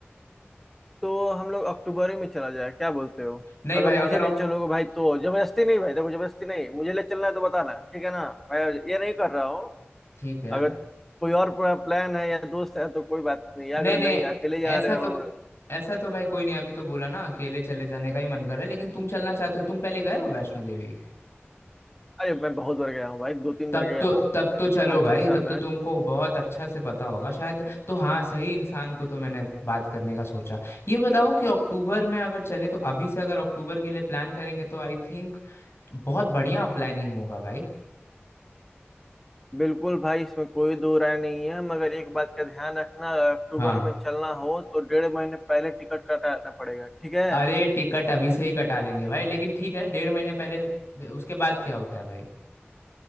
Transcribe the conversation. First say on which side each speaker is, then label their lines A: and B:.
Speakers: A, in the centre; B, on the left.
A: तो हम लोग अक्टूबर ही में चला जाए क्या बोलते हो
B: नहीं
A: अगर
B: भाई
A: मुझे
B: अगर ऑक-
A: ले चलोगे भाई तो जबरदस्ती नहीं भाई देखो जबरदस्ती नहीं मुझे ले चलना है तो बताना ठीक है ना मैं ये नहीं कर रहा हूँ
B: ठीक है
A: अगर कोई और प्लान है या दोस्त है तो कोई बात नहीं
B: नहीं
A: अगर
B: नहीं
A: नहीं अकेले जा
B: ऐसा
A: रहे हो
B: तो ऐसा तो भाई कोई नहीं अभी तो बोला ना अकेले चले जाने का ही मन कर रहा है लेकिन तुम चलना चाहते हो तुम पहले गए हो वैष्णो देवी
A: अरे मैं बहुत बार गया हूँ भाई दो तीन
B: तब
A: बार गया
B: तो
A: हूँ
B: तब तो चलो
A: पाँच
B: भाई
A: छह साल
B: तब
A: में
B: तो तुमको बहुत अच्छा से पता होगा शायद तो हाँ सही इंसान को तो मैंने बात करने का सोचा ये बताओ कि अक्टूबर में अगर चले तो अभी से अगर अक्टूबर के लिए प्लान करेंगे तो आई थिंक बहुत बढ़िया प्लानिंग होगा भाई
A: बिल्कुल भाई इसमें कोई दो राय नहीं है मगर एक बात का ध्यान रखना अगर अक्टूबर
B: हाँ
A: में चलना हो तो डेढ़ महीने पहले टिकट कटाना पड़ेगा ठीक है
B: अरे टिकट अभी से ही कटा लेंगे भाई लेकिन ठीक है डेढ़ महीने पहले उसके बाद क्या होता है भाई